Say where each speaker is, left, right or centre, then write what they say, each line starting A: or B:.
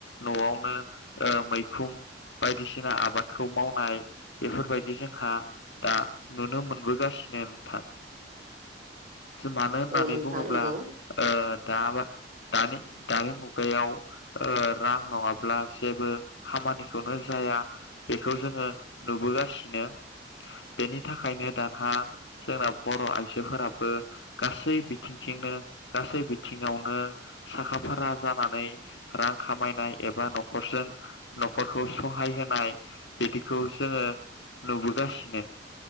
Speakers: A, on the left; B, on the right.
A: न'आवनो मैखुन बायदिसिना आबादखौ मावनाय बेफोरबायदि जोंहा दा नुनो मोनबोगासिनो नोंथां। मानो होननानै
B: औ नोंथां
A: बुङोब्ला
B: नंगौ
A: ओ दा दानि दानि मुगायाव ओ रां नङाब्ला जेबो खामानिखौनो जाया, बेखौ जोङो नुबोगासिनो, बेनि थाखायनो दानहा जोंना बर' आइजोफोराबो गासै बिथिंथिंनो गासै बिथिङावनो साखा फारा जानानै रां खामायनाय एबा न'खरजों न'खरखौ सहाय होनाय बिदिखौ जोङो नुबोगासिनो